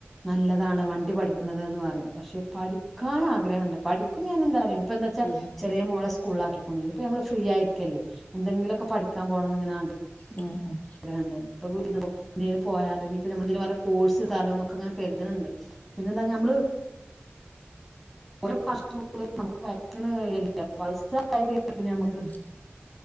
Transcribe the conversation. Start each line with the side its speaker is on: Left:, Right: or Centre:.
Centre: നല്ലതാണ് വണ്ടി പഠിക്കണതന്ന് പറയും പക്ഷെ പഠിക്കാൻ ആഗ്രഹണ്ട് പഠിക്കും ഞാൻ എന്തായാലും ഇപ്പന്താ ച്ച
Left: ഉം
Centre: ചെറിയ മോള സ്കൂളിലാക്കികുണു ഇനിഇപ്പൊ നമ്മള് ഫ്രീ ആയിരിക്കല്ലേ എന്തെിലൊക്കെ പഠിക്കാൻ പോണന്നിങ്ങനെ ആഗ്ര
Left: ഉം ഉം
Centre: <unintelligible> പോയാലോ <unintelligible> കോഴ്സ് താലോന്നൊക്കെ ഇങ്ങനെ കര്ത്ണ് ണ്ട് പിന്നെന്താ ഞമ്മള് ഓരോ വർഷം <unintelligible> നമുക്ക് <unintelligible> പൈസ ഇണ്ടായി കഴിഞ്ഞാ പിന്ന ഞമ്മക്ക്
Left: ഉം